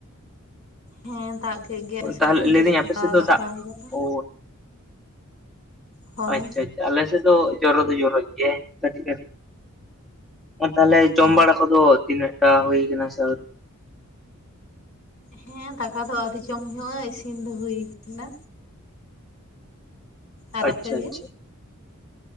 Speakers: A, on the left; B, in the centre.
A: ᱦᱮᱸ ᱫᱟᱜ ᱠᱮᱫ ᱜᱮᱭᱟᱭ ᱟᱞᱮ ᱥᱮᱫ
B: ᱛᱟᱦᱚᱞᱮ
A: ᱫᱚ ᱱᱤᱛᱚᱜ
B: ᱞᱟᱹᱭᱫᱟᱹᱧ
A: ᱫᱚ ᱯᱷᱟᱠᱟ
B: ᱟᱯᱮ ᱥᱮᱫ
A: ᱠᱟᱜᱼᱟ ᱵᱟᱭ ᱫᱟᱜ ᱫᱟ
B: ᱚ
A: ᱦᱳᱭ
B: ᱟᱪᱪᱷᱟ ᱟᱪᱪᱷᱟ ᱟᱞᱮ ᱥᱮᱫ ᱫᱚ ᱡᱚᱨᱚ ᱫᱚ ᱡᱚᱨᱚᱭᱮᱫ ᱜᱮᱭᱟᱭ ᱠᱟᱹᱴᱤᱡ ᱠᱟᱹᱴᱤᱡ᱾ ᱟᱨ ᱛᱟᱦᱟᱞᱮ ᱡᱚᱢ
A: ᱚ
B: ᱵᱟᱲᱟ ᱠᱚᱫᱚ ᱛᱤᱱᱟᱹᱜ ᱴᱟ ᱦᱩᱭ ᱠᱟᱱᱟ ᱥᱮ ᱟᱹᱣᱨᱤ?
A: ᱦᱮᱸ ᱫᱟᱠᱟ ᱫᱚ ᱟᱹᱣᱨᱤ ᱡᱚᱢ ᱦᱩᱭᱩᱜᱼᱟ ᱤᱥᱤᱱ ᱫᱚ ᱦᱩᱭ ᱟᱠᱟᱱᱟ᱾ ᱟᱨ
B: ᱟᱪᱪᱷᱟ
A: ᱟᱯᱮ ᱜᱮ?
B: ᱟᱪᱪᱷᱟ